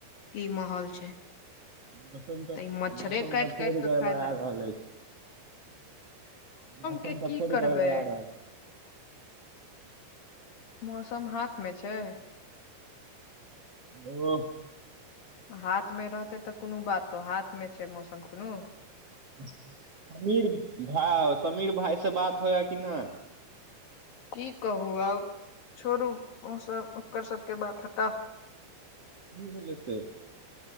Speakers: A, on the left (about 60°); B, on the right (about 50°).
A: की माहौल छै
B: मौसम तऽ
A: ई मच्छरे
B: मौसम
A: काटि
B: तऽ
A: काटि
B: फेर
A: कऽ
B: गड़बड़
A: खा जायत
B: आ रहल अछि मौसम
A: के की
B: तऽ फेर
A: करबै
B: गड़बड़ा रहल
A: मौसम हाथ मे छै
B: ओ ह
A: हाथ मे रहतै तऽ कोनो बातो हाथ मे छै मौसम कोनो
B: समीर भाय समीर भााय से बात होइया कि नहि
A: की कहू आब छोड़ू ओ सब ओकर सबके बात हटाउ
B: कि भेलै से